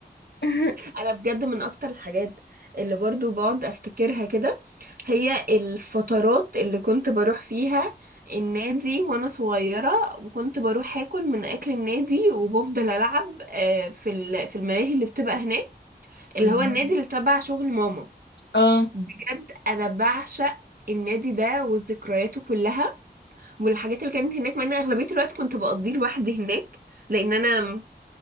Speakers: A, on the left; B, on the right.
A: <laughs>
B: انا بجد من اكتر الحاجات اللي برضو بقعد افتكرها كده هي الفترات اللي كنت بروح فيها النادي وانا صغيرة وكنت بروح اكل من اكل النادي وبفضل العب آه، في ال- في الملاهي اللي بتبقى هناك اللي
A: والله.
B: هو النادي اللي تبع شغل ماما
A: اه
B: بجد انا بعشق النادي ده وذكرياته كلها والحاجات اللي كانت هناك مع ان اغلبية الوقت كنت بقضيه لوحدي هناك لان انا